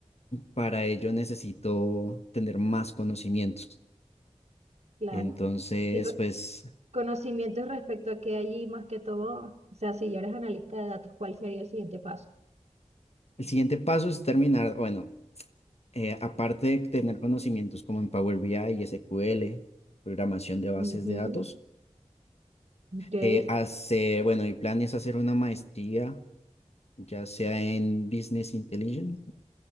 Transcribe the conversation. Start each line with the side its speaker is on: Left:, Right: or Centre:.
Left: para ello necesito tener más conocimientos.
Right: claro.
Left: Entonces,
Right: Y re-
Left: pues
Right: conocimientos respecto a que allí, más que todo, o sea, si ya eres analista de datos, ¿cuál sería el siguiente paso?
Left: el siguiente paso es terminar, bueno, eh, aparte de tener conocimientos como en Power BI, SQL, programación de bases
Right: Ujú,
Left: de datos,
Right: Ok,
Left: eh, hacer, bueno, mi plan es hacer una maestría, ya sea en Business Intelligence,